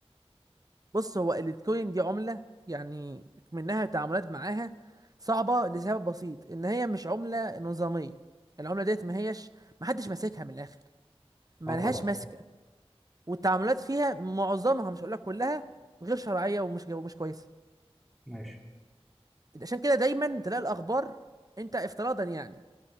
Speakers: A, on the right; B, in the centre.
A: بص هو البيتكوين دي عمله يعني منها التعاملات معاها صعبه لسبب بسيط ان هي مش عمله نظاميه العمله ديت ما هيش ما حدش ماسكها من الاخر ما
B: أه طبعا
A: لهاش ماسكه والتعاملات فيها معظمها مش هقول لك كلها غير شرعيه ومش ومش كويسه
B: ماشي
A: عشان كده دايما تلاقي الاخبار انت افتراضا يعني